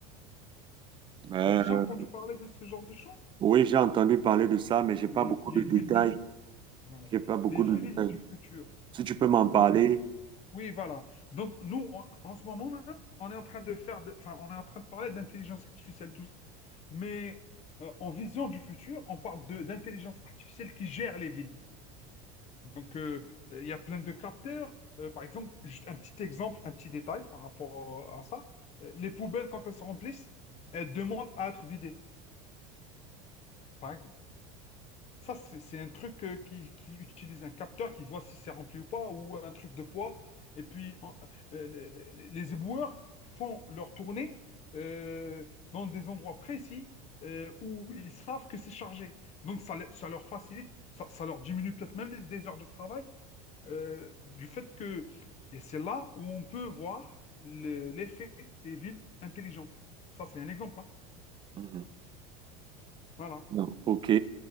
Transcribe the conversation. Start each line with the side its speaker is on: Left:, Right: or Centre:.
Right: Euh,
Left: T'as déjà entendu parler de ce genre de choses?
Right: Oui, j'ai entendu parler de ça, mais j'ai pas
Left: Les,
Right: beaucoup
Left: les
Right: de
Left: villes
Right: détails.
Left: du, voilà,
Right: J'ai pas beaucoup
Left: les villes
Right: de détails.
Left: du futur.
Right: Si tu peux m'en parler,
Left: Donc, oui, voilà. Donc, nous, on- en ce moment même, on est en train de faire, de- enfin, on est en train de parler d'intelligence artificielle, tout ça. Mais euh, en vision du futur, on parle de d'intelligence artificielle qui gère les villes. Donc, euh, euh, il y a plein de capteurs. Euh, par exemple, juste un petit exemple, un petit détail par rapport euh, à ça. Euh, les poubelles, quand elles se remplissent, elles demandent à être vidées, par exemple. Ça, c'est c'est un truc euh, qui, qui utilise un capteur qui voit si c'est rempli ou pas, ou un truc de poids. Et puis, en- euh, les, les- les éboueurs font leur tournée euh, dans des endroits précis euh, où ils savent que c'est chargé. Donc, ça, le- ça leur facilite, ça, ça leur diminue peut-être même les- des heures de travail euh, du fait que... Et c'est là où on peut voir le- l'effet des villes intelligentes. Ça, c'est un exemple. hein.
Right: Mhm.
Left: Voilà.
Right: non. OK.